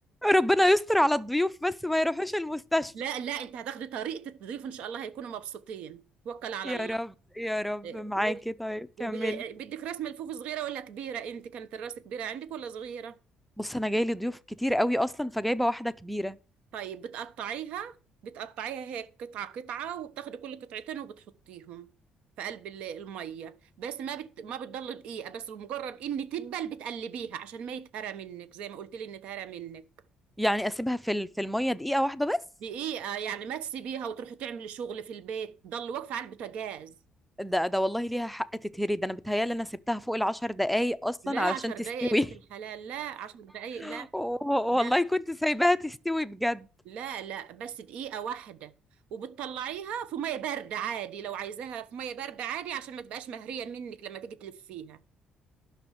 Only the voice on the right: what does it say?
لا لا انت هتاخدي طريقة تضيفه ان شاء الله هيكونوا مبسوطين توكل على
الله
إيه،
وب-
وب- بدك راس ملفوف صغيرة ولا كبيرة انت كانت الراس كبيرة عندك ولا صغيرة
طيب بتقطعيها بتقطعيها هيك قطعة قطعة وبتاخدي كل قطعتين وبتحطيهم في قلب ال- المية بس ما بت... ما بتضل دقيقة بس مجرد ان تدبل بتقلبيها عشان ما يتهرى منك زي ما قلت لي ان اتهرى منك
دقيقة يعني ما تسيبيها وتروحي تعملي شغل في البيت ضل واقفة على البوتاجاز
لا
عشر
دقايق يا بنت الحلال لا عشر دقايق
لا
لا
لا لا بس دقيقة واحدة وبتطلعيها في مية باردة عادي لو عايزاها في مية باردة عادي عشان ما تبقاش مهرية منك لما تيجي تلفيها